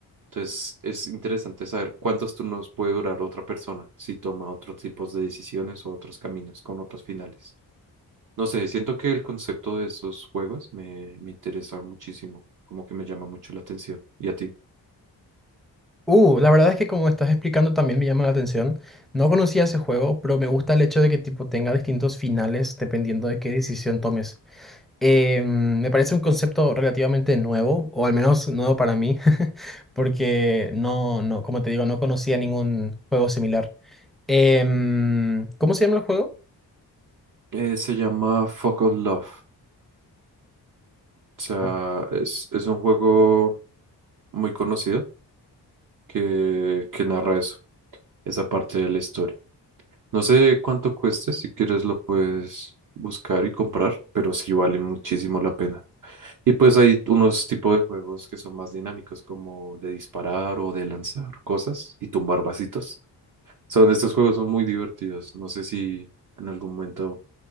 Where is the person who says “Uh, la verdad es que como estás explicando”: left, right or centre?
Centre